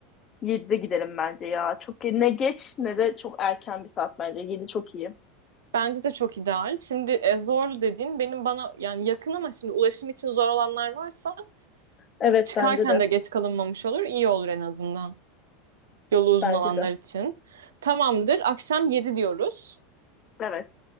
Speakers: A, on the left; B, on the right.
A: 7'de gidelim bence ya. Çok ne geç ne de çok erken bir saat bence. 7 çok iyi.
B: Bence de çok ideal. Şimdi e, zorlu dediğin benim bana yani yakın ama şimdi ulaşım için zor olanlar varsa
A: Evet
B: Çıkarken
A: bence de.
B: de geç kalınmamış olur. İyi olur en azından. Yolu uzun
A: Bence
B: olanlar
A: de.
B: için. Tamamdır. Akşam 7 diyoruz.
A: Evet.